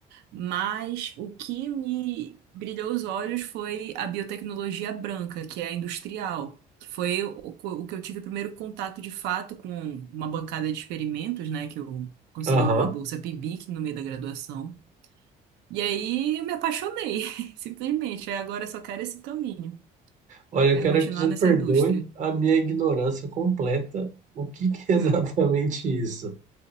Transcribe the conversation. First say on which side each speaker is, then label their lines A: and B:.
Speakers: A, on the right; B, on the right.
A: Mas o que me brilhou os olhos foi a biotecnologia branca, que é a industrial, que foi o, o que eu tive primeiro contato de fato com uma bancada de experimentos, né? Que eu consegui
B: aham.
A: uma bolsa PIBIC no meio da graduação. E aí eu me apaixonei, <laughs> simplesmente. Aí Agora eu só quero esse caminho.
B: Olha, eu
A: Quero
B: quero
A: continuar
B: que você me
A: nessa
B: perdoe
A: indústria.
B: a minha ignorância completa. O que que é
A: Hum,
B: <laughs> exatamente isso